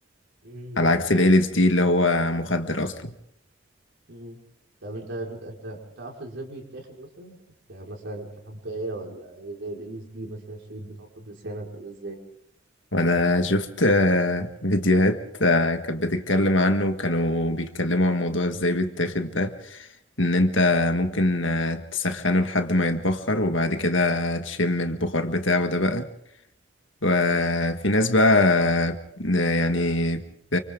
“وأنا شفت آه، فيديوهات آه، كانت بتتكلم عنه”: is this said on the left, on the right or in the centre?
Left